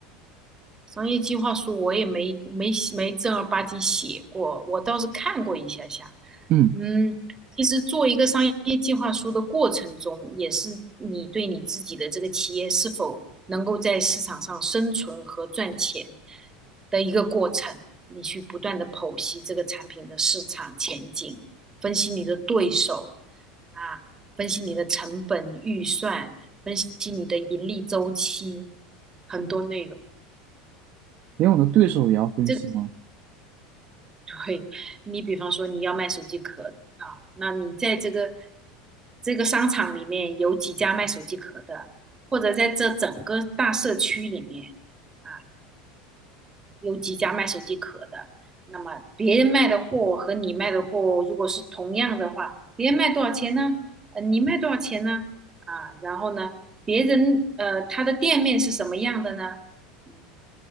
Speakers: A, on the right; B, on the right.
A: 商业计划书我也没没没正儿八经写过，我倒是看过一下下。
B: 嗯，
A: 嗯，其实做一个商业计划书的过程中，也是你对你自己的这个企业是否能够在市场上生存和赚钱的一个过程。你去不断的剖析这个产品的市场前景，分析你的对手啊，分析你的成本预算，分析你的盈利周期，很多内容。
B: 连我的对手也要分析吗？
A: 这对，你比方说你要卖手机壳啊，那你在这个这个商场里面有几家卖手机壳的，或者在这整个大社区里面。啊。有几家卖手机壳的，那么别人卖的货和你卖的货如果是同样的话，别人卖多少钱呢？呃，你卖多少钱呢？啊，然后呢，别人呃他的店面是什么样的呢？嗯，